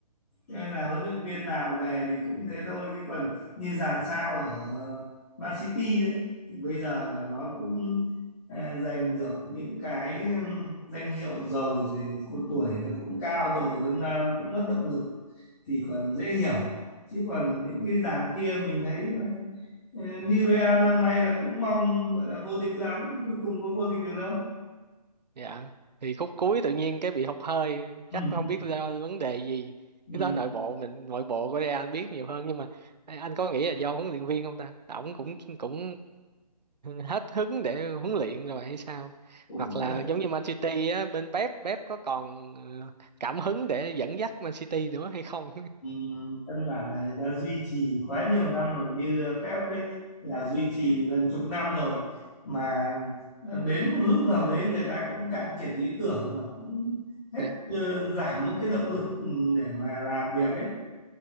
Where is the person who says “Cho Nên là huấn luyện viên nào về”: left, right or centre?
Left